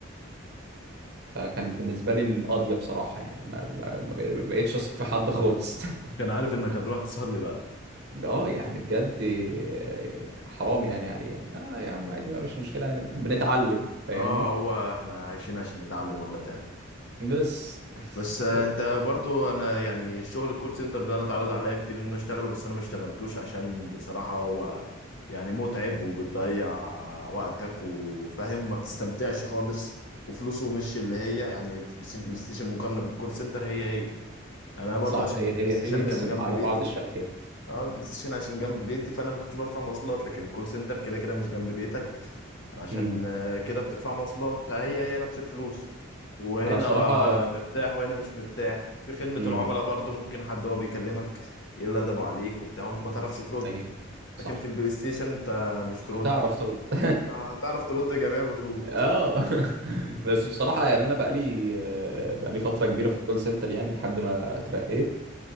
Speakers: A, on the right (about 50°); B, on the left (about 60°).
A: فكانت بالنسبة لي القاضية بصراحة يعني ما, ما, ما بق- ما بقتش أثق في حد خالص <laughs>
B: كان عارف انك هتروح تصلي بقى
A: اه يعني بجد آه، حرام يعني عليه يعني اه يا عم عادي بقى مش مشكلة يعني بنتعلم فاهمني
B: اه هو احنا عايشين عشان نتعلم والله فعلا
A: بس
B: بس آه،
A: بس-
B: انت برضو انا يعني شغل الكول سنتر ده انا اتعرض عليا كتير ان انا اشتغله بس انا ما اشتغلتوش عشان بصراحة هو يعني متعب وبتضيع وقتك وفاهم ما بتستمتعش خالص وفلوسه مش اللي هي يعني فلوس البلاي ستيشن مقارنة بالكول سنتر هي هي انا برضو
A: صح
B: عشان
A: هي
B: البلاي
A: هي
B: ستيشن
A: هي بس
B: كان جنب
A: بقى على
B: بيتي
A: بعض الشركات
B: اه البلاي ستيشن عشان جنب بيتي فانا ما كنتش بدفع مواصلات لكن كول سنتر كده كده مش جنب بيتك عشان
A: امم
B: آه، كده بتدفع مواصلات فهي هي نفس الفلوس وهنا
A: انا بصراحة
B: آه، مرتاح وهنا مش مرتاح في خدمة
A: امم
B: العملاء برضو ممكن حد هو بيكلمك يلدبوا عليك وبتاع وانت ما تعرفش ترد
A: ايوه صح
B: لكن في البلاي ستيشن انت مش ترد
A: هتعرف ترد <laughs>
B: انت هتعرف ترد جميع الردود
A: اه <laughs> بس بصراحة يعني انا بقالي آه، بقالي فترة كبيرة في الكول سنتر يعني لحد ما اترقيت